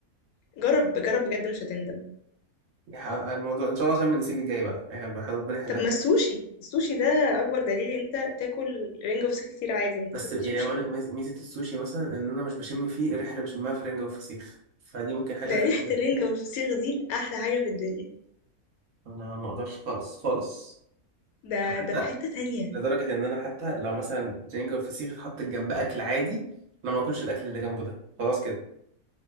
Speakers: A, on the left; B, on the right.
A: جرب جرب بجد مش هتندم
B: يعني الموضوع ان شاء الله عشان من السيم الجاي بقى يعني ربنا يحلك
A: طب ما السوشي السوشي ده اكبر دليل إن انت تاكل رنجه وفسيخ كتير عادي ما انت
B: بس
A: بتاكل
B: يعني
A: سوشي
B: هقول لك ميز- ميزه السوشي مثلا ان انا مش بشم فيه الريحه اللي بشمها في الرنجه والفسيخ فدي ممكن حاجات
A: ده
B: تخليني
A: ريحه الرنجه والفسيخ دي احلى حاجه في الدنيا
B: انا ما اقدرش خالص خالص
A: ده
B: حتى
A: ده في حته تانية
B: لدرجة إن أنا حتى لو مثلا الرنجة والفسيخ اتحط جنب أكل عادي أنا ما أكلش الأكل اللي جنبه ده خلاص كده